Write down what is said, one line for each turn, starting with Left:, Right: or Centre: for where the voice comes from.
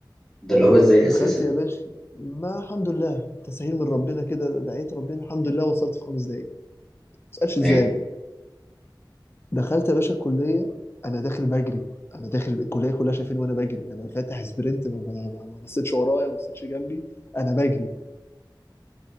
Centre: ده اللي هو ازاي
Left: دخلت
Centre: اساسا
Left: يا باشا ما الحمد لله تسهيل من ربنا كده دعيت ربنا الحمد لله وصلت في خمس دقايق ما تسالش
Centre: تمام
Left: ازاي بقى. دخلت يا باشا الكلية أنا داخل بجري أنا داخل الكلية كلها شايفيني وأنا بجري أنا فاتح سبرنت ما ما- ما- ما بصيتش ورايا ما بصيتش جنبي أنا بجري